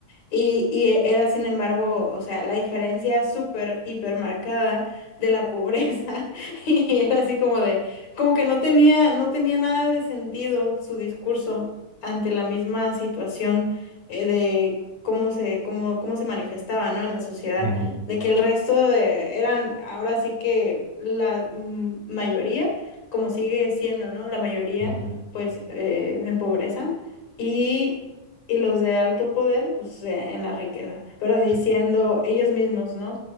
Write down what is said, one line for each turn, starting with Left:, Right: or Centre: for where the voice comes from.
Left: Y, y e- era, sin embargo, o sea, la diferencia súper, hiper marcada de la pobreza. <laughs> Y era así como de, como que no tenía, no tenía nada de sentido su discurso ante la misma situación eh, de cómo se, cómo, cómo se manifestaba, ¿no? En la sociedad.
Right: ujú,
Left: De que el resto de- eran, ahora sí que la mm, mayoría, como sigue siendo, ¿no? La mayoría,
Right: ujú,
Left: pues, eh, en pobreza. y y los de alto poder, pues eh, en la riqueza, pero diciendo
Right: sí,
Left: ellos mismos, ¿no?